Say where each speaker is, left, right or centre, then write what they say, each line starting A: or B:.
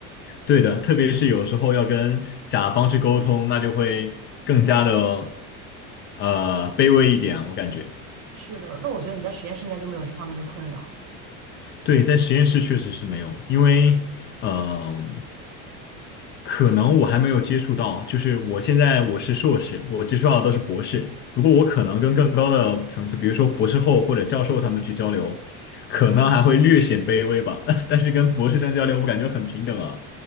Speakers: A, on the left (about 30°); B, on the right (about 50°).
A: 对的，特别是有时候要跟甲方去沟通，那就会更加的呃卑微一点啊，我感觉。
B: 是的，那我觉得你在实验室应该就没有这方面的困扰。
A: 对，在实验室确实是没有，因为嗯、呃可能我还没有接触到，就是我现在我是硕士，我接触到的都是博士。如果我可能跟更高的层次，比如说博士后或者教授他们去交流，可能还会略显卑微吧，<laughs> 但是跟博士生交流，我感觉很平等啊。